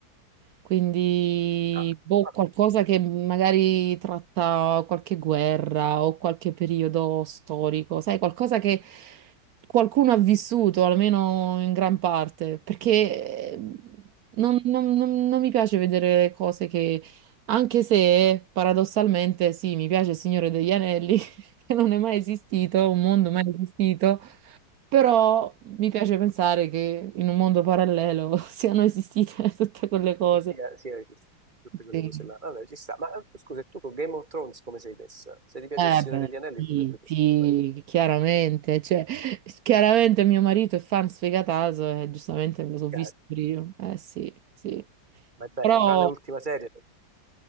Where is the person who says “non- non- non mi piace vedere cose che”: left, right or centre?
Right